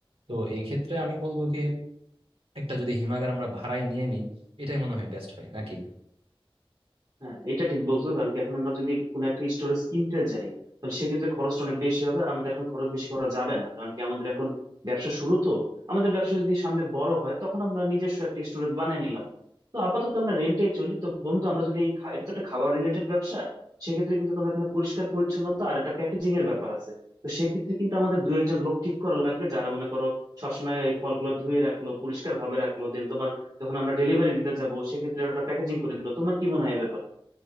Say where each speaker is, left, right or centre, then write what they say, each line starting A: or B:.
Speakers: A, on the right; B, on the right.
A: তো এই ক্ষেত্রে আমি বলবো কি একটা যদি হিমাগার আমরা ভাড়ায় নিয়ে নিই এটাই মনে হয় বেস্ট হয় নাকি
B: হ্যাঁ এটা ঠিক বলছো কারণ কি এখন আমরা যদি কোনো একটা স্টোরেজ কিনতে যাই তাহলে সেক্ষেত্রে খরচটা অনেক বেশি হবে আর আমাদের এখন খরচ বেশি করা যাবে না কারণ কি আমাদের এখন ব্যবসা শুরু তো আমাদের ব্যবসা যদি সামনে বড় হয় তখন আমরা নিজস্ব একটা স্টোরেজ বানিয়ে নিলাম তো আপাতত আমরা রেন্টে চলি তো বন্ধু আমরা যদি এই খা- এটা তো একটা খাবার রিলেটেড ব্যবসা সেক্ষেত্রে কিন্তু তোমার এখানে পরিষ্কার পরিচ্ছন্নতা আর একটা প্যাকেজিং এর ব্যাপার আছে তো সেক্ষেত্রে কিন্তু আমাদের দু একজন লোক ঠিক করা লাগবে যারা মনে করো সবসময় এই ফলগুলো ধুয়ে রাখলো পরিষ্কার ভাবে রাখলো দেন তোমার যখন আমরা ডেলিভারি দিতে যাবো সেক্ষেত্রে ওটা প্যাকেজিং করে দিলো তোমার কি মনে হয় এ ব্যাপারে?